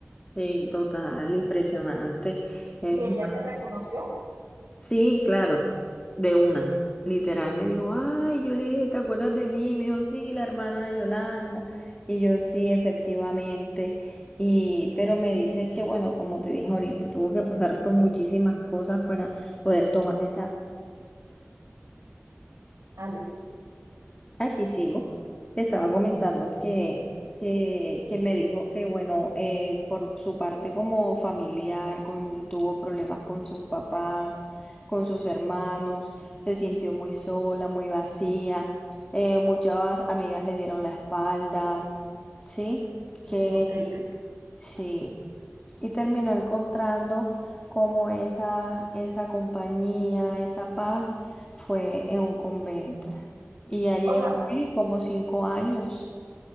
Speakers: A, on the left (about 20°); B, on the right (about 85°).
A: Sí, total, impresionante. <laughs>
B: ¿Y ella te reconoció?
A: Sí, claro, de una. Literal me dijo, ay, yo le dije, ¿te acuerdas de mí? Y me dijo, sí, la hermana de Yolanda. Y yo, sí, efectivamente. Y, pero me dice que, bueno, como te dije ahorita, tuvo que pasar por muchísimas cosas para poder tomar esa
B: Aló,
A: Aquí sigo. Te estaba comentando que, que, que me dijo que, bueno, eh, por su parte como familiar, con, tuvo problemas con sus papás, con sus hermanos, se sintió muy sola, muy vacía, eh, muchas amigas le dieron la espalda, ¿sí? Que,
B: no te
A: y,
B: creo.
A: sí, y terminó encontrando como esa, esa compañía, esa paz, fue en un convento. Y ya llevo
B: O sea,
A: ¿qué? como cinco años.